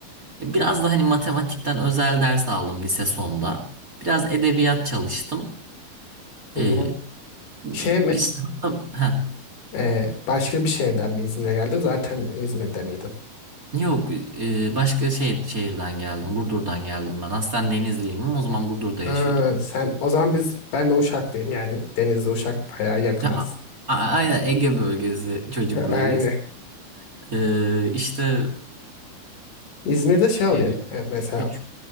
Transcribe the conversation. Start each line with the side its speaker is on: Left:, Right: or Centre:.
Right: Biraz da hani matematikten özel ders aldım lise sonunda. Biraz edebiyat çalıştım.
Left: Hı
Right: Ee,
Left: hı.
Right: biz
Left: Şey mi?
Right: ha
Left: E, başka bir şehirden mi İzmir'e geldin? Zaten İzmir'de miydin?
Right: yok e, başka şey şehirden geldim. Burdur''dan geldim ben. Aslen Denizliyim ama o zaman Burdur'da
Left: Ha,
Right: yaşıyorduk.
Left: sen o zaman biz ben de Uşaklıyım yani Denizli Uşak bayağı yakın
Right: Ve a-
Left: aslında.
Right: a- aynen Ege bölgesi çocuklarıyız.
Left: <laughs> Aynen.
Right: Ee, işte
Left: İzmir'de şey oluyor.
Right: e,
Left: e, mesela
Right: küçük.